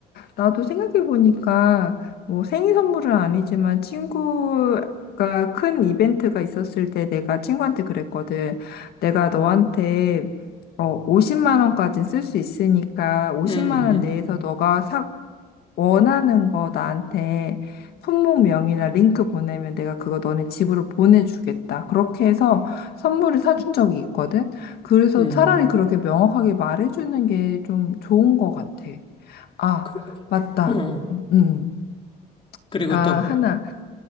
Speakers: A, on the left (about 70°); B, on the left (about 30°).
A: 나도 생각해보니까, 뭐 생일 선물은 아니지만 친구가 큰 이벤트가 있었을 때 내가 친구한테 그랬거든. 내가 너한테 어, 50만 원까지 쓸 수 있으니까 50만
B: 음,
A: 원
B: 음,
A: 내에서 너가 사, 원하는 거 나한테 품목명이나 링크 보내면 내가 그거 너네 집으로 보내주겠다. 그렇게 해서 선물을 사준 적이 있거든. 그래서
B: 음.
A: 차라리 그렇게 명확하게 말해주는 게 좀 좋은 것 같아. 아,
B: 그,
A: 맞다.
B: 어,
A: 음. 음.
B: 그리고
A: 아,
B: 또,
A: 하나.